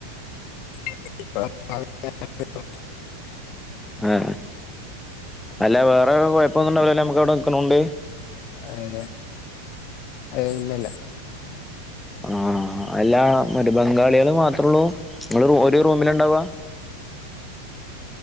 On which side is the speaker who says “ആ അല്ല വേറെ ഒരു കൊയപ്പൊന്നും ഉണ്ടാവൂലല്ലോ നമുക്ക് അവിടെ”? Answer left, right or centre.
Centre